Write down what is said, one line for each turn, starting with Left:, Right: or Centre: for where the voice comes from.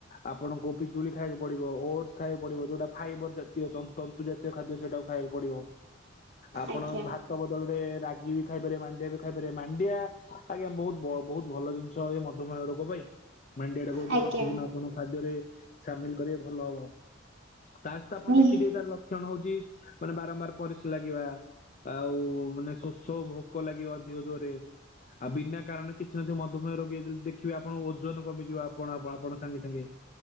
Left: ଆପଣ ଗୋପିଜୁଳି ଖାଇବାକୁ ପଡିବ ଓଟସ ଖାଇବାକୁ ପଡିବ ଯୋଉଟା ଫାଇବର ଜାତୀୟନ୍ତ। ଜାତୀୟ ଖାଦ୍ୟ ସେଇଟାକୁ ଖାଇବାକୁ ପଡିବ ଆପଣ।
Right: ଆଜ୍ଞା।
Left: ତ ବଦଳରେ ରାଗି ବି ଖାଇପାରେ ମାଣ୍ଡିଆ ବି ଖାଇପାରେ ମାଣ୍ଡିଆ ଆଜ୍ଞା ବହୁତ। ବହୁତ ଭଲ ଜିନିଷ ଏ ମଧୁମେହ ରୋଗ ପାଇଁ ମେଣ୍ଡିଆଡା କର
Right: ଆଜ୍ଞା
Left: ଯି ପ୍ରତିଦିନ। କଣ ଖାଦ୍ୟରେ ସାମିଲ କରିବେ ଭଲ ହବ ତା ସହିତ ଆପଣ
Right: ନି
Left: ଦେଖିଦେ ତାର ଲ। ଜନ୍ମ ହଉଛି ମାନେ ବାରମ୍ବାର ପରିସ୍ରା ଲାଗିବା। ଆଉ ମାନେ ଶୋସ ଭୋକ ଲାଗିବ ଦେିହ ଜୋରରେ ଆଉ ବିନା କାରଣ। କିଛି ନାହା ମଧୁମେହ ରୋଗୀ ଯଦି ଦେଖିବେ ଆପଣ ଓଜନ କମିଯିବ ଆପଣ ଆପଣ ସାଙ୍ଗେ ସାଙ୍ଗେ।